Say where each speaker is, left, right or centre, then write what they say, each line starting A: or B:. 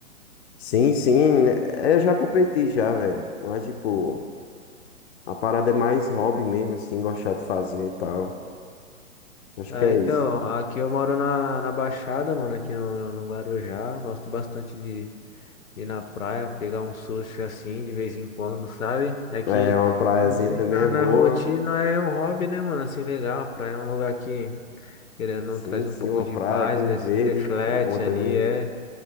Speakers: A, on the left; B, on the left.
A: Sim, sim, né, é, eu já competi já, velho. Mas, tipo, a parada é mais hobby mesmo, assim, gostar de fazer e tal. Acho
B: Ah,
A: que é
B: então,
A: isso.
B: aqui eu moro na, na Baixada, mano, aqui no, no, no Guarujá, gosto bastante de, de ir na praia, pegar um sushi assim, de vez em quando, sabe? É que,
A: É, uma praiazinha
B: às vezes,
A: também
B: na,
A: é boa.
B: na rotina é um hobby, né, mano? Assim, legal, a praia é um lugar que, querendo ou
A: Sim,
B: não, traz um
A: sim,
B: pouco
A: uma
B: de
A: praia
B: paz,
A: com
B: né? se
A: verde
B: reflete
A: é bom também.
B: ali, é...